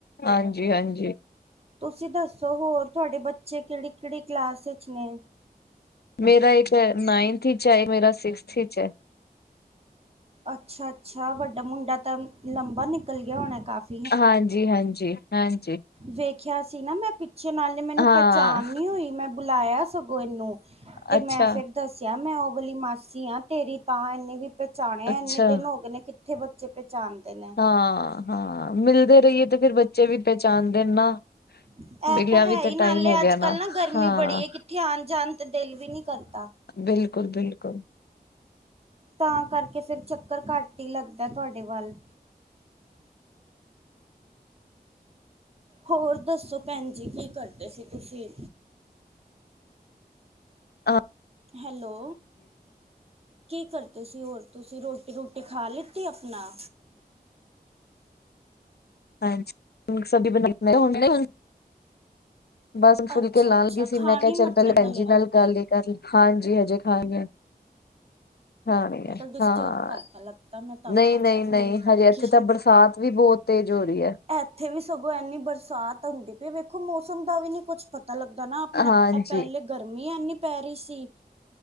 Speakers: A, on the left (about 85°); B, on the right (about 40°).
A: ਹਾਂਜੀ-ਹਾਂਜੀ।
B: ਤੂਸੀ ਦੱਸੋ ਹੋਰ ਤੂਆਡੇ ਬੱਚੇ ਕੈੜੀ-ਕੈੜੀ ਕਲਾਸ ਇੱਚ ਨੇ?
A: ਮੇਰਾ ਇੱਕ ਨਾਇਨਥ ਇੱਚ ਐ, ਏਕ ਮੇਰਾ ਸਿਕਸਥ ਇੱਚ ਐ।
B: ਅੱਛਾ-ਅੱਛਾ, ਵੱਡਾ ਮੁੰਡਾ ਤਾਂ ਲੰਬਾ ਨਿਕਲ ਗੇਆ ਹੋਣੈ ਕਾਫੀ?
A: ਹਾਂਜੀ, ਹਾਂਜੀ, ਹਾਂਜੀ।
B: ਵੇਖੇਆ ਸੀ ਨਾ ਮੈਂ ਪਿੱਛੇ, ਨਾਲੇ ਮੈਨੂੰ
A: ਹਾਂ
B: ਪ੍ਹੈਚਾਨ ਨੀ ਹੋਈ, ਮੈਂ ਬੁਲਾਏਆ ਸਗੋਂ ਏਨੂੰ ਤੇ
A: ਅੱਛਾ
B: ਮੈਂ ਫੇਰ ਦੱਸੇਆ ਮੈਂ ਓ ਵਾਲੀ ਮਾ ਸੀ ਆਂ ਤੇਰੀ ਤਾਂ ਏਨੇ ਵੀ ਪਹਿਚਾਣੇਆ
A: ਅੱਛਾ
B: ਇੰਨੇ ਦਿਨ ਹੋ ਗਏ ਨੇ ਕਿੱਥੇ ਬੱਚੇ ਪਹਿਚਾਣਦੇ ਨੇ।
A: ਹਾਂ-ਹਾਂ, ਮਿਲਦੇ ਰਈਏ ਤੇ ਫਿਰ ਬੱਚੇ ਵੀ ਪਹਿਚਾਣਦੇ ਨੇ ਨਾ।
B: <inaudible> ਐਹ
A: ਮਿਲਿਆ
B: ਤਾਂ ਹੈ
A: ਵੀ ਤੇ
B: ਈ ਨਾਲੇ
A: ਟਾਈਮ ਹੋ ਗਿਆ
B: ਅੱਜ-ਕੱਲ ਨਾ ਗਰਮੀ
A: ਹਾਂ
B: ਬੜੀ ਐ ਕਿੱਥੇ ਆਣ-ਜਾਣ ਤੇ ਦਿਲ ਵੀ ਨੀ ਕਰਦਾ।
A: ਬਿਲਕੁਲ-ਬਿਲਕੁਲ।
B: ਤਾਂ ਕਰਕੇ ਫਿਰ ਚੱਕਰ ਘੱਟ ਈ ਲੱਗਦਾ ਤੁਆਡੇ ਵੱਲ। ਹੋਰ ਦੱਸੋ ਭੈਣ ਜੀ ਕੀ ਕਰਦੇ ਸੀ ਤੁਸੀਂ?
A: ਆਂ।
B: ਹੈਲੋ। ਕੀ ਕਰਦੇ ਸੀ ਹੋਰ ਤੁਸੀਂ ਰੋਟੀ-ਰੂਟੀ ਖਾ ਲਿੱਤੀ ਆਪਣਾ?
A: ਹਾਂਜੀ <unintelligible> ਬਸ ਫੁਲਕੇ
B: ਅੱਛਾ
A: ਲਾਨ
B: ਅੱਛਾ
A: ਲੱਗੀ ਸੀ
B: ਖਾਣੀ
A: ਮੈਂ ਕਿਆ
B: ਮਤਲਬ
A: ਚੱਲ ਪੈਲੇ ਭੈਣਜੀ
B: ਹਲੇ ਰੋਟੀ
A: ਨਾਲ ਗੱਲ ਈ ਹਾਂਜੀ ਹਜੇ ਖਾਨੀ ਐ ਖਾਣੀ ਐ,
B: ਡਿਸਟਰਬ
A: ਹਾਂ।
B: ਕਰਤਾ ਅਲੱਗ ਤਾਂ ਮੈਂ ਤੰਗ
A: ਨਈਂ
B: ਕਰਤਾ
A: ਨਈਂ ਨਈਂ,
B: ਫੋਨ ਕਰਕੇ
A: ਹਜੇ ਏਥੇ ਤਾਂ ਬਰਸਾਤ ਵੀ ਬੋਹ ਤੇਜ ਹੋ ਰਈ ਐ।
B: ਏਥੇ ਵੀ ਸਗੋਂ ਏਨੀ ਬਰਸਾਤ ਹੁੰਦੀ ਪਈ ਐ ਵੇਖੋ ਮੌਸਮ ਦਾ ਵੀ ਨੀ ਕੁੱਛ ਪਤਾ ਲੱਗਦਾ ਨਾ ਆਪਣਾ
A: ਹਾਂਜੀ
B: ਐਹ ਪੈਲੇ ਗਰਮੀ ਏਨੀ ਪੈ ਰਈ ਸੀ।